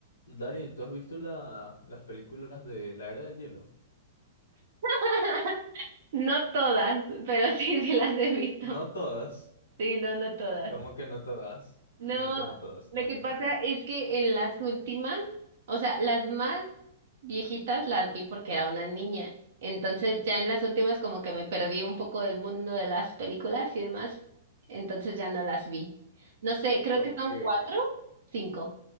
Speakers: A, on the left (about 75°); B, on the right (about 60°).
A: Dani, ¿tú has visto la- las películas de la Era del Hielo?
B: <laughs> No todas, pero sí, sí las he visto.
A: No todas,
B: Sí, no, no todas.
A: como que no todas,
B: No,
A: como que no todas,
B: lo
A: como
B: que
A: que
B: pasa
A: no todas.
B: es que en las últimas, o sea, las más viejitas las vi porque era una niña. Entonces ya en las últimas como que me perdí un poco del mundo de las películas y demás. Entonces ya no las vi. No sé, creo
A: Ok,
B: que son cuatro, cinco.